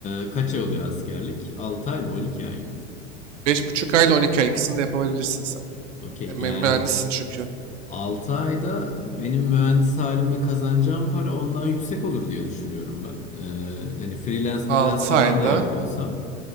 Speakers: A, on the left (about 20°); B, on the right (about 70°).
A: e, kaç ay oluyor askerlik? 6 ay mı 12 ay mı?
B: Beş buçuk ay ile 12 ay ikisini de yapabilirsin sen.
A: Ee, okey
B: E, mü-
A: yani
B: mühendissin çünkü.
A: 6 ayda benim mühendis halimle kazanacağım para ondan yüksek olur diye düşünüyorum ben. Ee, hani freelance freelance
B: altı
A: falan
B: ayda,
A: da yapıyorsam.